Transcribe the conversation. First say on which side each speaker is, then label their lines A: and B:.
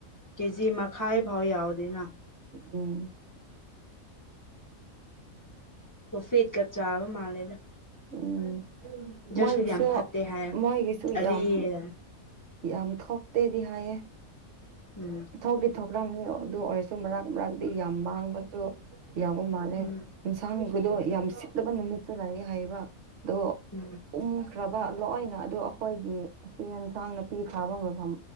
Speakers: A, on the left (about 20°); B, on the right (about 65°).
A: ꯀꯦꯖꯤ ꯃꯈꯥꯏ ꯐꯥꯎ ꯌꯥꯎꯗꯣꯏꯅ
B: ꯎꯝ
A: ꯣꯐꯦꯠꯀ ꯆꯥꯕ ꯃꯥꯜꯂꯦꯗ
B: ꯎꯝ
A: ꯑꯗꯨꯁꯨ
B: ꯃꯣꯏꯒꯤꯁꯨ
A: ꯌꯥꯝ ꯐꯠꯇꯦ ꯍꯥꯏ
B: ꯃꯣꯏꯒꯤꯁꯨ
A: ꯑꯔꯤ
B: ꯌꯥꯝ
A: ꯎꯝ
B: ꯌꯥꯝ ꯊꯣꯛꯇꯦꯗꯤ ꯍꯥꯏꯌꯦ
A: ꯎꯝ
B: ꯊꯣꯛꯇꯤ ꯊꯣꯛꯇ꯭ꯔꯕꯅꯤ ꯑꯗꯨ ꯑꯣꯏꯔꯁꯨ ꯃꯔꯛ ꯃꯔꯥꯛꯛꯇꯤ ꯌꯥꯝ ꯃꯥꯡꯕꯁꯨ ꯌꯥꯎꯕ ꯃꯥꯜꯂꯦ
A: ꯎꯝ
B: ꯌꯦꯟꯁꯥꯡꯒꯤꯗꯣ ꯌꯥꯝ ꯁꯤꯠꯂꯕ ꯅꯨꯃꯤꯠꯁꯨ ꯂꯩꯥꯛꯑꯦ ꯍꯥꯏꯌꯦꯕ ꯑꯗꯣ
A: ꯎꯝ
B: ꯎꯝꯈ꯭ꯔꯕ ꯂꯣꯏꯅ ꯑꯗꯨ ꯑꯩꯈꯣꯏꯒꯤ ꯆ ꯑꯦꯟꯁꯥꯡ ꯅꯥꯄꯤ ꯊꯥꯕ ꯃꯐꯝ